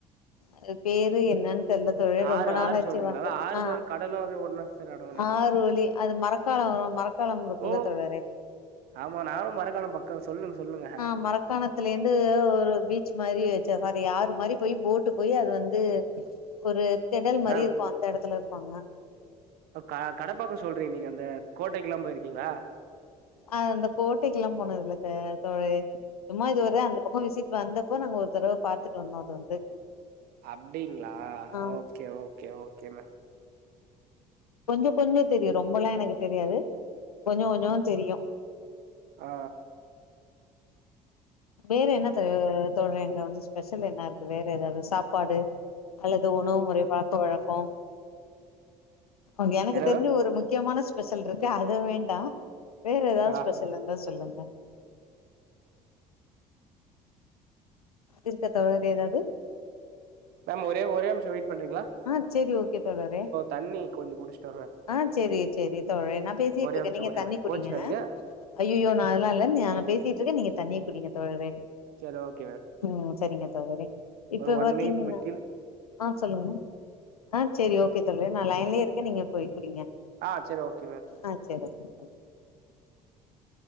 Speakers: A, on the left; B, on the right.
A: அது பேரு என்னன் இல்ல தோழரே
B: ஆறு
A: ரொம்ப நாளாச்சு
B: ஆறு சொல்றீங்களா
A: வந்து
B: அதா ஆறுபர்
A: ஆ
B: கடலு அது ஒன்னா சேர எடோனு நெனைக்கிறே
A: ஆரோலி அது மரக் க்கலா மரக்கலம் இருக்குல
B: ஓ
A: தோழரே
B: ஆமா நானு மரக்காலோ பக்கோ சொல்லுங் சொல்லுங்க
A: ஆ மரக்காணத்துல இர்ந்து ஒரு பீச்சு மாறி வச்ச மாரி ஆறு மாரி போயி போட்டு போயி அது வந்து ஒரு திடல்
B: மேம்
A: மாரி இருக்கு அந்த எடத்துல இருப்பாங்க
B: இப்ப கா கடப்பக்கோ சொல்றீங்க நீங்க அந்த கோட்டைக்குலா போயிருக்கீங்ளா
A: ஆ அந்த கோட்டைக்குலா போனதுல்ல இப்ப தோழரே சும்மா இதுவர அந்த பக்கோ விசிட் வந்தப்ப நாங்க ஒரு தடவ பாத்துட்டு வந்தோ அது வந்து
B: அப்டிங்ளா
A: ஆ
B: ஓகே ஓகே ஓகேங்க
A: கொஞ்சோ கொஞ்சோ தெரியு ரொம்பலா எனக்கு தெரியாது கொஞ்சோ கொஞ்சோ தெரியு
B: ஆ
A: வேற என்ன த தோழரே அங்க வந்து ஸ்பெஷல் என்ன இருக்கு வேற எதாவ்து சாப்பாடு அல்லது உணவு முறை பழக்க வழக்கோ அங்க எனக்கு
B: என்ன
A: தெரிஞ்சு
B: மேம்
A: ஒரு முக்கியமான ஸ்பெஷல்ட்ருக்கு அது வேண்டா வேற எதாது
B: ஆ
A: ஸ்பெஷல் இர்ந்தா சொல்லுங்க இருக்கா தோழரே எதாவ்து
B: மேம் ஒரே ஒரே நிம்ஷோ வெய்ட் பண்றீங்ளா
A: ஆ சேரி ஓகே தோழரே
B: தண்ணி கொஞ்சோ குடிஸ்ட்டு வர
A: ஆ சேரி சேரி தோழரே நான் பேசிட்ருக்கே
B: நிமிஷோ
A: நீங்க
B: ஒரே
A: தண்ணி
B: நிமிஷோ
A: குடிங்க
B: கோச்சுக்காதீங்க
A: ஐயயோ நான் அதுலா இல்ல நான் பேசிட்ருக்க நீங்க தண்ணி குடிங்க தோழரே
B: செரி ஓகேங்க
A: ம் சரிங்க தோழரே இப்ப
B: அது ஒன்னே
A: பாத்தீங்கன்னா
B: இது பத்திலா
A: ஆ சொல்லுங்க ஆ சேரி ஓகே தோழரே நான் லைன்லயே
B: ஆ
A: இருக்க நீங்க போய் குடிங்க
B: ஆ சேரி ஓகேங்க
A: ஆ சேரி ஓகே பாய்